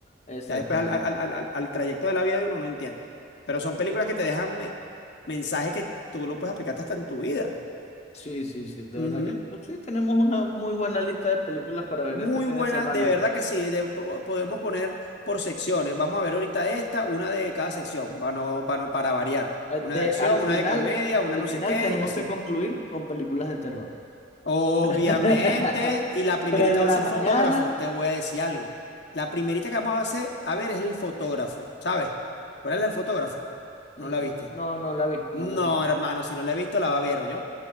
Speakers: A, on the left; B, on the left.
A: exactamente.
B: Ya después al, al, al, al- al trayecto de la vida de uno no entiende. Pero son películas que te dejan me- mensajes que tú lo puedes aplicar hasta en tu vida.
A: Sí, sí, sí, de verdad
B: Ujú.
A: que pues, sí, tenemos una muy buena lista de películas para ver
B: Muy
A: este fin
B: buena,
A: de semana.
B: de verdad que sí. de- po- podemos poner por secciones. Vamos a ver ahorita esta, una de cada sección, para, no- para, no- para variar.
A: Eh,
B: Una
A: De,
B: de acción,
A: al
B: una
A: final,
B: de comedia, una
A: al
B: no
A: final
B: sé qué
A: tenemos
B: y así.
A: que concluir con películas de terror.
B: Obviamente,
A: <laughs>
B: y la primerita
A: Tres de
B: va
A: la
B: a ser
A: mañana,
B: el fotógrafo, te voy a decir algo. La primerita que vamos a hacer, a ver, es el fotógrafo, ¿sabes? ¿Cuál es el fotógrafo?
A: mm,
B: ¿No la viste?
A: mm, no, no la vi,
B: No,
A: no la vi.
B: hermano, si no la he visto, la va a ver, yo.